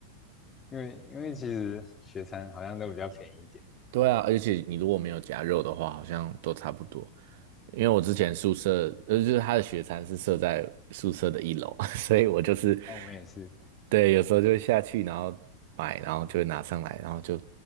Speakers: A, on the left; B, on the right.
A: 因为因为其实学餐好像都比较便宜一点，
B: 对啊，而且你如果没有夹肉的话，好像都差不多。因为我之前宿舍，呃，就是他的学餐是设在宿舍的一楼，<laughs> 所以我就是，
A: 那我们也是
B: 对，有时候就会下去，然后买，然后就会拿上来，然后就